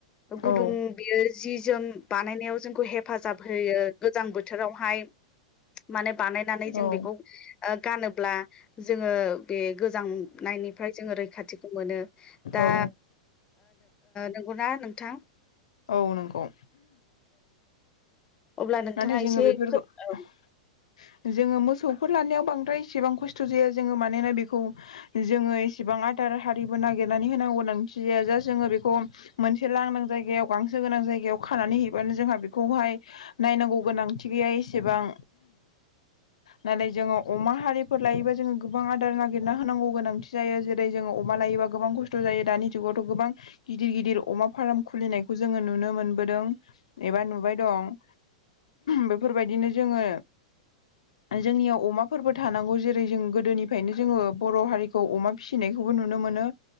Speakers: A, on the left; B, on the left.
A: गुदुं
B: औ
A: बियो जि जोम बानायनायाव जोंखौ हेफाजाब होयो गोजां बोथोरावहाय माने बानायनानै जों
B: औ
A: बेखौ गानोब्ला जोङो बे गोजांनायनिफ्राय जोङो रैखाथिखौ मोनो दा
B: औ
A: नंगौना नोंथां
B: औ नंगौ
A: अब्ला नोंथाङा
B: नाथाय जोङो
A: एसे
B: बेफोरखौ
A: फोर औ
B: जोङो मोसौफोर लानायाव बांद्राय इसेबां खस्थ' जाया जोङो मानोना बेखौ जोङो एसेबां आदार हारिबो नागिरनानै होनांगौनि गोनांथि जाया जा जोङो बेखौ मोनसे लांदां जायगायाव गांसो गोनां जाय जायगायाव खानानै हैबानो जोंहा बेखौहाय नायनांगौ गोनांथि गैया एसेबां नानै जोङो अमा हारिफोर लायोब्ला जोङो गोबां आदार नागिरना होनांगौ गोनांथि जायो जेरै जोङो। अमा लायोबा गोबां खस्थ जायो दानि जुगावथ गोबां गिदिर गिदिर अमा फार्म खुलिनायखौ जोङो नुनो मोन दों एबा नुबाय दं बेफोर बायदिनो जोङो। जोंनियाव अमाफोरबो थानांगौ जेरै जों गोदोनिफ्रायनो जोङो बर हारिखौ अमा फिसिनायखौ नुनो मोनो